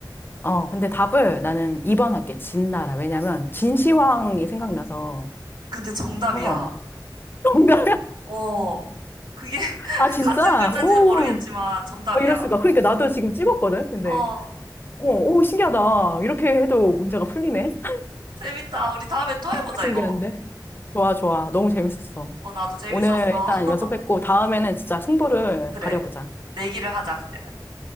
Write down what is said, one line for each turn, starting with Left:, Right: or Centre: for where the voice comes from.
Left: 어, 근데 답을 나는 2번 할게, 진나라. 왜냐면, 진시황이
Right: 어.
Left: 생각나서
Right: 근데 정답이야.
Left: 상관없나? <laughs> 뭔가,
Right: 어. 그게 <laughs>
Left: 아, 진짜?
Right: 같은 글자인지는
Left: 오,
Right: 모르겠지만 정답이야.
Left: 어, 이럴 수가. 그러니까 나도 지금 찍었거든, 근데.
Right: 어.
Left: 어, 오, 신기하다. 이렇게 해도 문제가 풀리네.
Right: 재밌다. 우리 다음에 또
Left: 정말
Right: 해보자,
Left: 신기한데?
Right: 이거.
Left: 좋아, 좋아. 너무 재밌었어.
Right: 어, 어, 나도 재밌었어.
Left: 오늘 일단
Right: <laughs>
Left: 연습했고, 다음에는 진짜 승부를
Right: 그래.
Left: 가려보자.
Right: 내기를 하자, 그때는.